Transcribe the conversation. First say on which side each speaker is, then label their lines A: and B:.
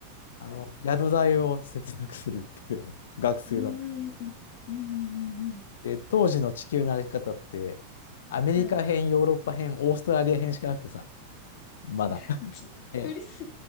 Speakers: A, on the left (about 40°); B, on the left (about 60°).
A: はい。
B: あの、宿代を節約するっていう、あの学生だった。
A: うーん。うんうんうんうん。
B: で、当時の地球の歩き方って、アメリカ編、
A: はい。
B: ヨーロッパ編、オーストラリア編しかなくてさ、まだ。
A: ざっくりす、
B: <laughs> え、